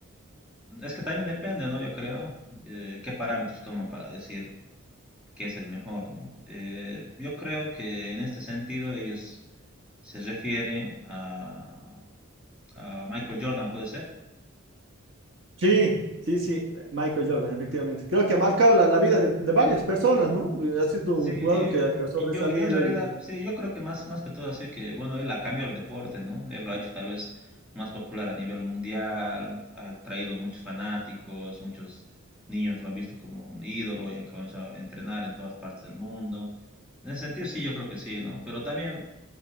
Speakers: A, in the centre; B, on the right.
A: Es que también depende, ¿no? Yo creo eh, qué parámetros toman para decir qué es el mejor, ¿no? Eh, yo creo que en este sentido ellos se refieren a, a Michael Jordan, puede ser,
B: Sí, sí, sí, Michael Jordan, efectivamente. Creo que ha marcado la, la vida de, de varias personas, ¿no? Eh, Ha sido
A: Sí,
B: un jugador que, que ha sobresalido
A: yo, yo en realidad,
B: y...
A: sí, yo creo que más, más que todo así que, bueno, él ha cambiado el deporte, ¿no? Él lo ha hecho tal vez más popular a nivel mundial, ha traído muchos fanáticos, muchos niños lo han visto como un ídolo y han comenzado a entrenar en todas partes del mundo. En ese sentido, sí, yo creo que sí, ¿no? Pero también,